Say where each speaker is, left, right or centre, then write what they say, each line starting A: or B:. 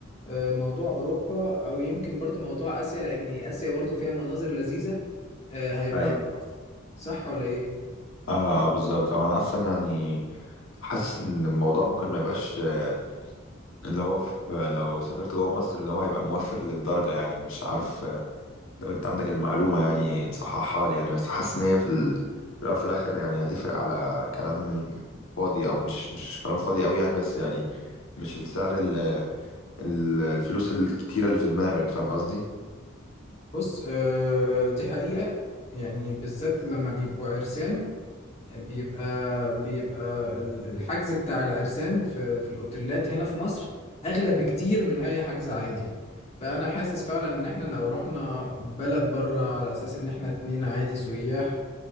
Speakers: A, on the left; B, on the left.
A: آه، موضوع أوروبا أو يمكن برضو موضوع آسيا لأن آسيا برضو فيها مناظر لذيذة آه، هيبقى
B: ايوه
A: ألطف صح ولا إيه؟
B: اه آه، بالظبط أو أنا أصلا يعني حاسس إن الموضوع ممكن ما يبقاش آه، اللي هو في لو سافرت جوه مصر اللي هو هيبقى موفر للدرجة يعني مش عارف آه، لو أنت عندك المعلومة يعني تصححها لي يعني بس حاسس إن هي في ال- في الأول وفي الآخر يعني هتفرق على كلام فاضي أو مش مش كلام فاضي أوي يعني بس يعني مش السعر ال- الفلوس الكتيرة اللي في دماغك فاهم قصدي؟
A: بص آه، دي حقيقة يعني بالذات لما بيبقوا عرسان بيبقى بيبقى ال- الحجز بتاع العرسان في في الاوتيلات هنا في مصر اغلى بكتير من اي حجز عادي فانا حاسس فعلا ان احنا لو رحنا بلد بره على اساس ان احنا اتنين عادي سياح